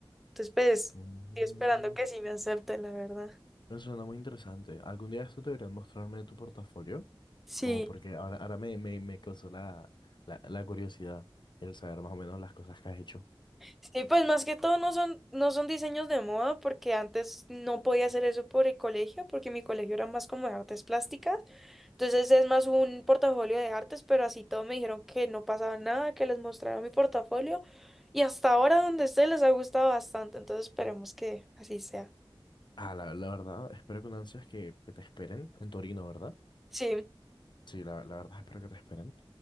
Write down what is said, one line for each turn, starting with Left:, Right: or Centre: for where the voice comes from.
Centre: Entonces pues
Left: Ujú.
Centre: estoy esperando que sí me acepten, la verdad.
Left: Me suena muy interesante. Algún día esto deberían mostrarme tu portafolio,
Centre: Sí.
Left: como porque ahora, ahora me, me, me causó la, la, la curiosidad el saber más o menos las cosas que has hecho.
Centre: Sí, pues más que todo no son, no son diseños de moda, porque antes no podía hacer eso por el colegio, porque mi colegio era más como de artes plásticas. Entonces es más un portafolio de artes, pero así todo me dijeron que no pasaba nada, que les mostrara mi portafolio. Y hasta ahora donde esté les ha gustado bastante, entonces esperemos que así sea.
Left: Ah, la, la verdad, espero con ansias que, que te esperen en Torino, ¿verdad?
Centre: Sí,
Left: Sí, la, la verdad espero que te esperen.